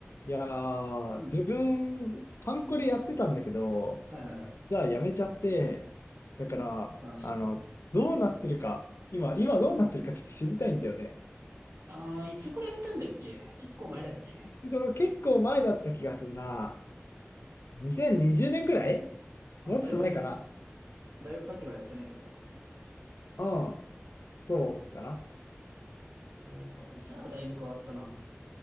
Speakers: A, on the left; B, on the right.
A: いやー、
B: うん。
A: 自分、ハンコでやってたんだけど、
B: はいはいはい。
A: じゃあやめちゃって、だから、
B: そうなの話。
A: あの、どうなってるか、今、今どうなってるかちょっと知りたいんだよね。
B: ああ、いつ頃やめたんだっけ結構前だっけ
A: いつ頃結構前だった気がするな。2020年ぐらい
B: あー、
A: もうちょっと前かな。
B: だいぶやってない。大学入ってからやってないってこ
A: うん、そうかな。
B: とそうか。じゃあ、だいぶ変わったな。